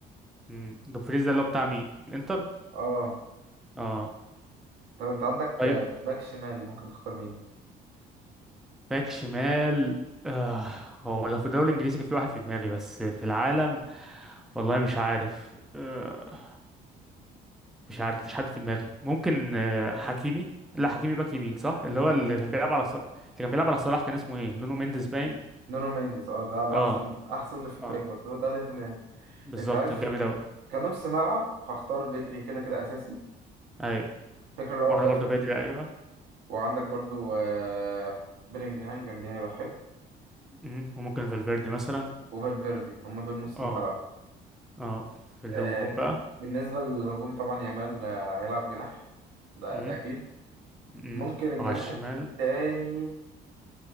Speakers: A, in the centre; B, on the right.
A: مم، دومفريز ده اللي هو بتاع مين الانتر
B: اه
A: اه
B: طب انت عندك
A: طيب
B: آه، باك شمال ممكن تختار مين
A: باك شمال آه هو لو في الدوري الانجليزي كان في واحد في دماغي بس في العالم والله مش عارف آه مش عارف مفيش حد في دماغي ممكن آه حكيمي لا حكيمي باك يمين صح اللي هو
B: أوكي.
A: اللي كان بيلعب على ص... اللي كان بيلعب على صلاح كان اسمه ايه نونو مينديز باين
B: نونو مينديز اه ده ده
A: اه
B: احسن احسن ليفت
A: اه
B: باك برضه ده اللي في دماغي
A: بالظبط
B: انت عارف
A: جامد اوي
B: كنص ملعب هختار بدري كده كده اساسي
A: اي
B: الفكره اللي هو
A: وانا
B: بيافع
A: برضه بدري ايوه
B: وعندك برضو آه بيلينجهام جنبيه هيبقى حلو
A: مم، وممكن فالفيردي مثلا
B: وفالفيردي هم دول نص
A: اه
B: الملعب
A: اه في الهجوم
B: آه
A: بقى
B: بالنسبه للهجوم طبعا يامال آه، هيلعب جناح ده
A: امم
B: ده اكيد
A: امم
B: ممكن الجناح
A: وعلى الشمال
B: التاني